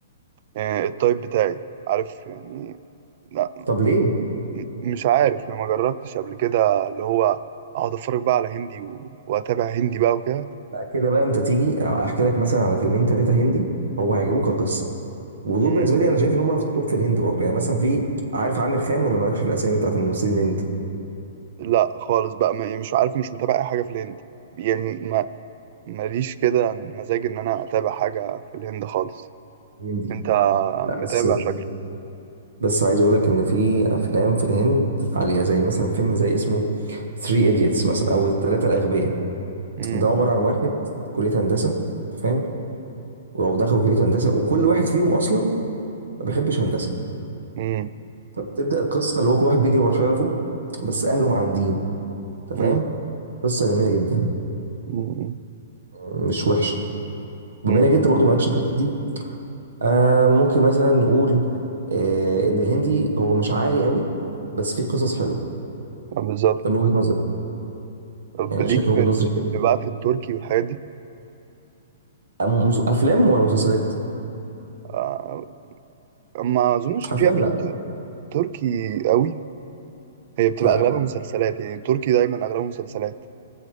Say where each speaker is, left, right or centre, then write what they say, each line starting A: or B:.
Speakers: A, on the right; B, on the right.
A: آه، التايب بتاعي عارف يعني لا
B: طب ليه
A: م- مش عارف ما جربتش قبل كده اللي هو اقعد اتفرج بقى على هندي و... واتابع هندي بقى وكده
B: لا كده بقى انت تيجي احكي لك مثلا على فيلمين ثلاثه هندي هو هيعجبوك كقصه ودول
A: مم.
B: بالنسبه لي انا شايف ان هم في التوب في الهند برضه يعني مثلا في عارف عامر خان ولا مالكش في الاسامي بتاعت الممثلين الهند
A: لا خالص بقى ما... يعني مش عارف مش متابع اي حاجه في الهند يعني ما ماليش كده مزاج ان انا اتابع حاجه في الهند خالص
B: الهندي
A: انت
B: لا
A: متابع
B: بس
A: شكلك
B: بس عايز اقول لك ان في افلام في الهند عاليه زي مثلا فيلم زي اسمه 3 ايديتس مثلا او الثلاثه الاغبياء
A: امم
B: ده عباره عن واحد كليه هندسه أنت فاهم ودخلوا كليه هندسه وكل واحد فيهم اصلا ما بيحبش هندسه
A: امم
B: فبتبدا القصه اللي هو كل واحد بيجري ورا شغفه بس اهله معاندين انت
A: امم
B: فاهم قصه جميله جدا
A: امم
B: مش وحشه بما
A: امم
B: انك انت برضو مالكش في الهندي آه ممكن مثلا نقول آه ان الهندي هو مش عالي قوي بس فيه قصص حلوه
A: بالظبط
B: ده من وجهه نظري
A: طب
B: يعني
A: ليك
B: شايف
A: في
B: من وجهه
A: ال-
B: نظري كده
A: بقى في التركي والحاجات دي
B: أم- افلام ولا مسلسلات
A: آه، ما اظنش
B: افلام
A: ان في افلام
B: لا
A: ت- تركي قوي هي بتبقى
B: لا
A: اغلبها مسلسلات يعني التركي دايما اغلبها مسلسلات